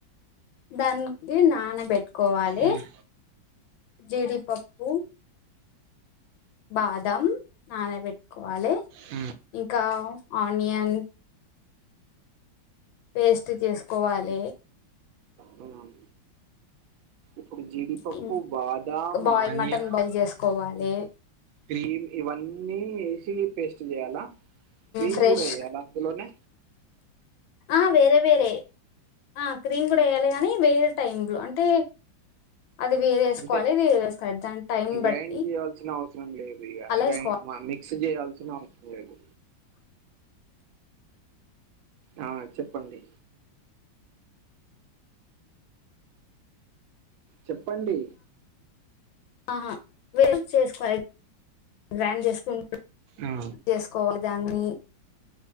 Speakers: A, on the left; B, on the right.
A: దానికి నానబెట్టుకోవాలి
B: హ్మ్.
A: జీడి పప్పు బాదం నానబెట్టుకోవాలి
B: హ్మ్.
A: ఇంకా ఆనియన్ పేస్ట్ చేసుకోవాలి
B: హ్మ్. ఇప్పుడు జీడిపప్పు,
A: ఇం
B: బాదాం,
A: బాయి
B: ఆనియన్,
A: మటన్ బాయిల్ చేసుకోవాలి
B: క్రీమ్ ఇవన్నీ వేసి పేస్ట్ చేయాలా క్రీమ్
A: ఫ్రెష్
B: కూడా ఏయ్యలా అందులోనే
A: ఆ వేరే వేరే ఆ క్రీమ్ కూడా వేయాలి గానీ వేరే టైమ్ లో అంటే అది వేరే వేసుకోవాలి
B: అంటే
A: ఇది వేరే వేసుకోవాలి దాని టైం
B: గ్రైండ్
A: బట్టి
B: చేయాల్సిన అవసరం లేదు ఇక
A: అలా వేసుకోవాలి
B: గై మమ్మి సెజ్ జెయాల్సిన అవసరం లేద్ ఆ చెప్పండి చెప్పండి
A: ఆహా వేస్ట్ చేసుకో గ్రైండ్ చేసుకుం
B: ఆ
A: చేసుకోవాలి దాన్ని